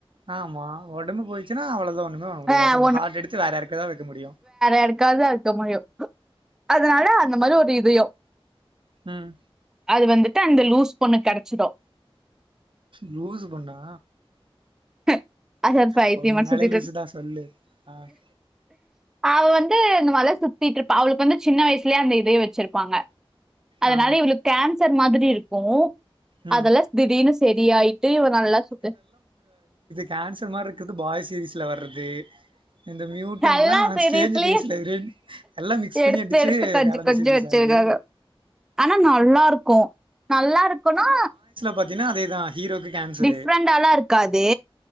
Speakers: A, on the right; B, in the centre.
A: ஆமா ஒடம்பு போயிச்சுன்னா அவ்வளவுதா ஒண்ணுமே பண்ண முடியாது
B: ஆஹ்
A: அப்ப இந்த ஹார்ட் எடுத்து வேற யாருக்கா தா வெக்க முடியு
B: யாருக்காதா வெக்க முடியு அ அதனால அந்த மாரி ஒரு இதயோ
A: அஹ்
B: அது வந்துட்டு அந்த லூஸ் பொண்ணுக் கெடச்சிடு
A: லூசு பொண்ணா
B: <inaudible> பைத்தியமாட்டு
A: பொண்ணாலே
B: சுத்திட்டு
A: லூசுதா
B: இருக்கு.
A: சொல்லு ஆஹ்
B: அவ வந்து இந்த வல சுத்திட்டு இருப்பா அவளுக்கு வந்து சின்ன வயசுலே அந்த இதயோ வச்சிருப்பாங்க அதனால
A: ஆ
B: இவளுக்கு கேன்சர் மாதிரி இருக்கு
A: ம்
B: அதெல்லா ஸ் திடீர்னு செரியாயிட்டு இவ நல்லா சுத்து
A: கேன்சர் மாரிருக்குது பாய் சீரீஸ்ல வர்றது இந்த மியூட்டெண்ட்லா
B: நல்லா சீரியஸ்லி
A: ஸ்டேஞ்ஜர் திங்க்ஸ்ல ரெண் எல்லா மிக்ஸ் பண்ணி
B: எடுத்து
A: அடிச்சு
B: எடுத்து கொஞ்சம்
A: கலந்து
B: கொஞ்சம்
A: செரி
B: வச்சிருக்காங்க
A: சார் அது
B: ஆனா நல்லாருக்கு நல்லாருக்குனா
A: பாத்தினா அதேதா ஹீரோக்கு கேன்சரு
B: டிஃப்ரெண்டாலாருக்காது